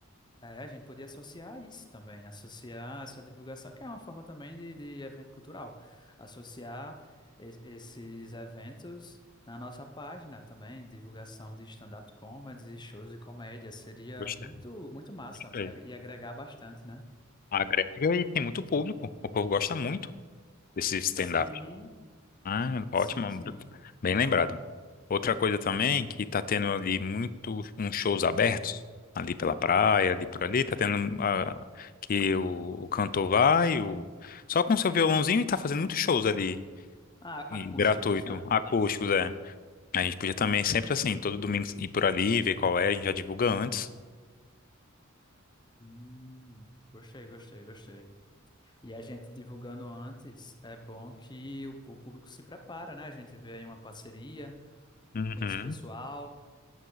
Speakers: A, on the left (about 20°); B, on the left (about 40°).
A: É, a gente podia associar isso também, associar essa divulgação, que é uma forma também de, de evento cultural, associar es- esses eventos na nossa página também, divulgação de stand-up comedy, e shows de comédia, seria
B: Gostei,
A: muito, muito massa
B: gostei.
A: é, e agregar bastante, né?
B: Agrega e tem muito público. O povo gosta muito desse stand-up.
A: Sim,
B: Ah,
A: sim,
B: ótimo,
A: sim.
B: bem lembrado. Outra coisa também que tá tendo ali muito uns shows abertos ali pela praia, ali por ali, tá tendo ah, que o, o cantor vai, o, só com seu violãozinho e tá fazendo muitos shows ali
A: Ah,
B: e
A: acústicos,
B: gratuito,
A: né?
B: acústicos, é. A gente podia também sempre assim, todo domingo ir por ali, ver qual é, a gente já divulga antes.
A: Hum, gostei, gostei, gostei. E a gente divulgando antes, é bom que o, o público se prepara, né? A gente vê aí uma parceria.
B: Uhum.
A: com esse pessoal.